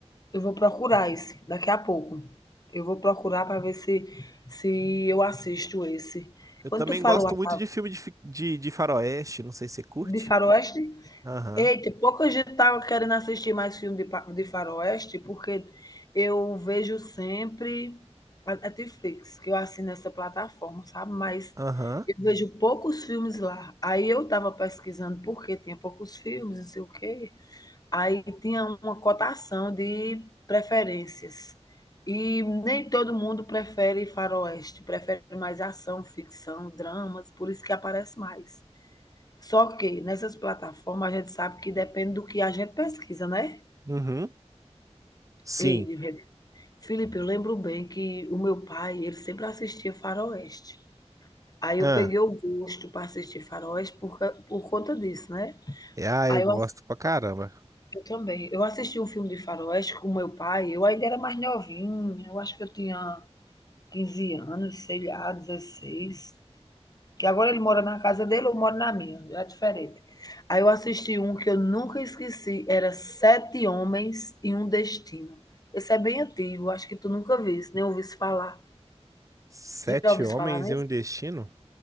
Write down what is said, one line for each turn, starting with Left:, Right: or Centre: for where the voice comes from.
Left: Eu vou procurar esse daqui a pouco. Eu vou procurar para ver se, se eu assisto esse.
Right: Eu
Left: Quando
Right: também
Left: tu falou
Right: gosto
Left: a
Right: muito
Left: ca-
Right: de filme de, fi- de, de faroeste. Não sei se você curte.
Left: de Faroeste,
Right: Aham.
Left: eita, pouca gente estava querendo assistir mais filme de, pa- de Faroeste, porque eu vejo sempre a a Netflix, que eu assino essa plataforma, sabe? Mas
Right: Aham.
Left: eu vejo poucos filmes lá. Aí eu estava pesquisando por que tinha poucos filmes, não sei o quê. Aí tinha uma cotação de preferências. E nem todo mundo prefere faroeste, prefere mais ação, ficção, dramas, por isso que aparece mais. Só que nessas plataformas a gente sabe que depende do que a gente pesquisa, né?
Right: Uhum. Sim.
Left: Ei, Felipe, eu lembro bem que o meu pai, ele sempre assistia faroeste. Aí
Right: Ah,
Left: eu peguei o gosto para assistir faroeste por, ca- por conta disso, né?
Right: é, ah,
Left: Aí
Right: eu gosto
Left: eu
Right: pra caramba.
Left: Eu também. Eu assisti um filme de faroeste com meu pai, eu ainda era mais novinha, eu acho que eu tinha 15 anos, sei lá, 16. Que agora ele mora na casa dele, eu moro na minha, é diferente. Aí eu assisti um que eu nunca esqueci, era Sete Homens e um Destino. Esse é bem antigo, acho que tu nunca viste, nem ouviste falar.
Right: Sete
Left: Já ouviste
Right: Homens
Left: falar nesse?
Right: e um Destino?